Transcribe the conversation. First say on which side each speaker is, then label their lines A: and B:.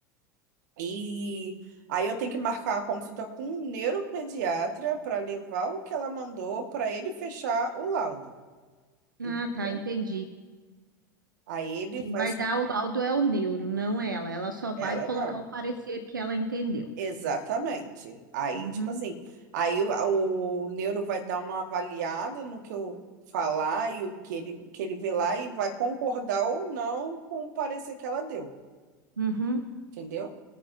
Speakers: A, on the right; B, on the right.
A: E aí eu tenho que marcar a consulta com um neuropediatra para levar o que ela mandou para ele fechar o laudo,
B: Ah,
A: entendeu?
B: tá, entendi.
A: Aí ele
B: Quem
A: faz,
B: vai dar o laudo é o neuro, não ela. Ela só
A: ela
B: vai colocar
A: não.
B: o parecer que ela entendeu.
A: Exatamente. Aí,
B: Uhum.
A: tipo assim, aí o, o neuro vai dar uma avaliada no que eu falar e o que ele, que ele vê lá e vai concordar ou não com o parecer que ela deu,
B: Uhum.
A: entendeu?